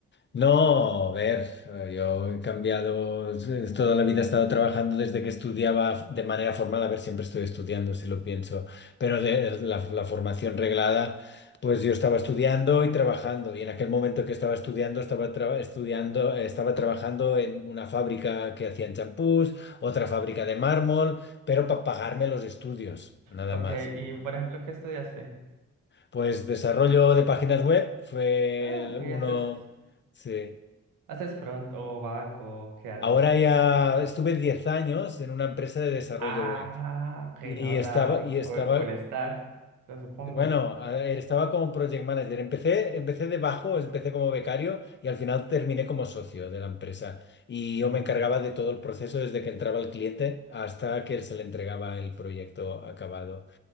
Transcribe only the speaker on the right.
Ok,
y por ejemplo, ¿qué estudiaste?
Ah,
ok,
haces,
haces front o back o ¿qué haces?
Ah,
ok,
no da
full, full stack, lo supongo.
Uy,